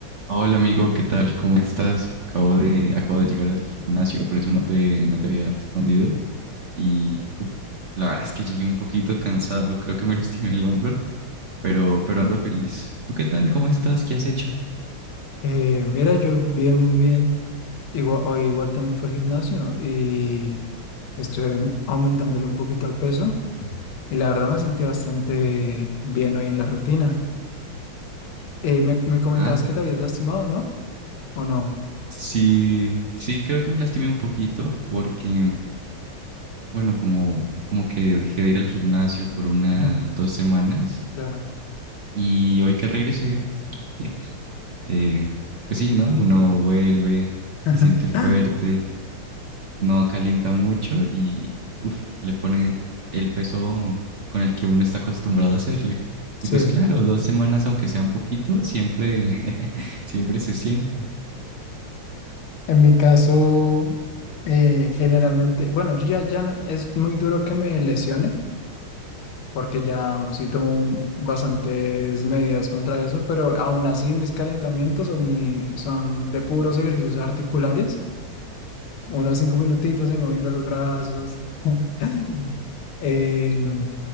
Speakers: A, on the right (about 55°); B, on the left (about 75°).
A: Hola amigo, ¿qué tal? ¿Cómo estás? Acabo de, acabo de llegar al gimnasio, por eso no te, no te había respondido. Y uf, la verdad es que llegué un poquito cansado, creo que me <laughs> lastimé el hombro, pero, pero ando feliz. ¿Tú qué tal? ¿Cómo estás? ¿Qué has hecho?
B: Eh, mira, yo bien, muy bien. Igual, hoy igual también fue al gimnasio y estoy aumentándole un poquito el peso y la verdad me sentí bastante bien hoy en la rutina. Eh, me, me comentabas
A: Ah,
B: que te habías lastimado, ¿no? ¿O no?
A: sí, sí, creo que me lastimé un poquito porque, bueno, como, como que dejé de ir al gimnasio por unas
B: Ajá,
A: dos semanas
B: Claro.
A: y hoy que regresé, <laughs> eh, pues sí, ¿no? Uno vuelve, se
B: <laughs>
A: siente fuerte no calienta mucho y uf, le pone el peso con el que uno está acostumbrado a hacerle.
B: Sí.
A: Y pues claro, dos semanas, aunque sea un poquito, siempre, <laughs> siempre se siente.
B: En mi caso, eh, generalmente, bueno, yo ya, ya es muy duro que me lesione. porque ya sí tomo bastantes medidas contra eso, pero aún así mis calentamientos o mi, son de puros ejercicios articulares, unos cinco minutitos ahí moviendo los brazos, <laughs> eh,